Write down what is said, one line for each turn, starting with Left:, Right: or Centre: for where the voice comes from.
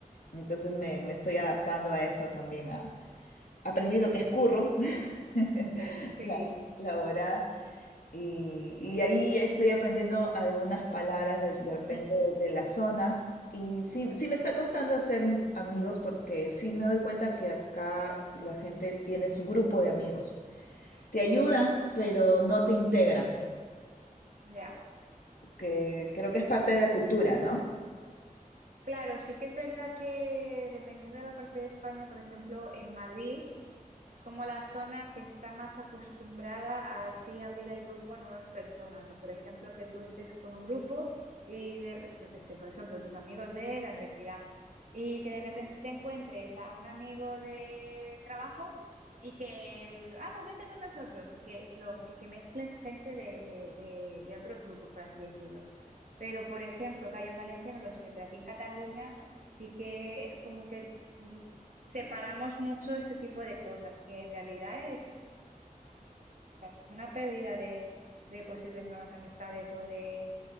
Left: Entonces me, me estoy adaptando a eso también. A, aprendí lo que es curro, <laughs>
Right: sí,
Left: la- laborar, y, y ahí estoy aprendiendo algunas palabras de, de repente
Right: <clears throat>
Left: de, de la zona. Y sí, sí me está costando hacer m- amigos porque sí me doy cuenta que acá la gente tiene su grupo de amigos. Te ayudan, pero no te integran,
Right: ya.
Left: que creo que es parte de la cultura, ¿no?
Right: Claro, sí que es verdad que dependiendo de la parte de España, por ejemplo, en Madrid. Es como la zona que está más acostumbrada a así abrir el grupo a nuevas personas. O, por ejemplo, que tú estés con un grupo y, de, yo qué sé, por ejemplo, tus amigos de la universidad y que de repente te encuentres a un amigo de trabajo y que, el, ah, pues vente con nosotros y que, y lo, y que mezcles gente de, de de- de otros grupos, por así decirlo. Pero, por ejemplo, que hay en Valencia no lo sé, pero aquí en Cataluña sí que es como que mm, separamos mucho ese tipo de cosas, que en realidad es, o sea, es una pérdida de, de posibles nuevas amistades o de,